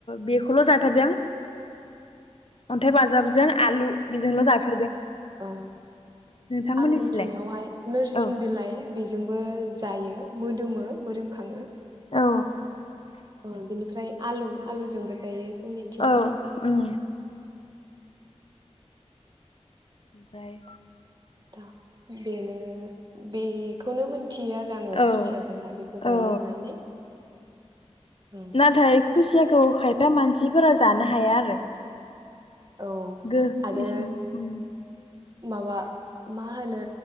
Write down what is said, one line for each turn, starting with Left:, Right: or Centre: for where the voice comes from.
Left: बेखौल जाफेरदों। अन्थाइ बाजाबजों आलु। बेजोंनो जाफ
Right: औ
Left: नोंथांमोननिथिलाय
Right: आं मिथिनायावहाय नोरसिं
Left: औ
Right: बिलाइ बेज जोंबो जायो मोदोमो मोदोमखाङो
Left: औ।
Right: अ बिनिफ्राय आलु आलुजोंबो जायो। जोंनिथिं
Left: औ उम ओमफ्राय
Right: दा बेनो बेखौनो मोन थियो आरो आङो
Left: औ
Right: खुसिया जोंहाय बेखौ जायो
Left: औ
Right: होननानै उम
Left: नाथाय खुसिया खौ खायफा मानसिफोरा जानो हाया आरो
Right: औ
Left: गो
Right: आरो
Left: इस <unintelligible>
Right: माबा मा होनो